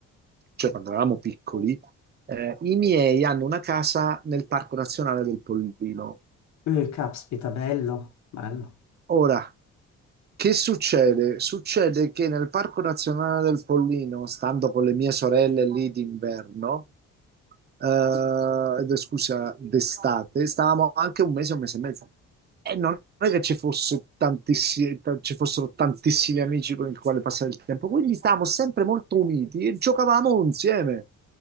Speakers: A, on the right; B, on the left.
A: cioè quando eravamo piccoli, eh, i miei hanno una casa nel Parco Nazionale del Pollino.
B: Eh, caspita, bello, bello,
A: Ora, Che succede? Succede che nel Parco Nazionale del Pollino, stando con le mie sorelle lì d'inverno, eh, ed- scusa, d'estate, stavamo anche un mese, un mese e mezzo. E non è che ci fosse tantissimi, t- ci fossero tantissimi amici con i quali passare il tempo, quindi stavamo sempre molto uniti e giocavamo insieme.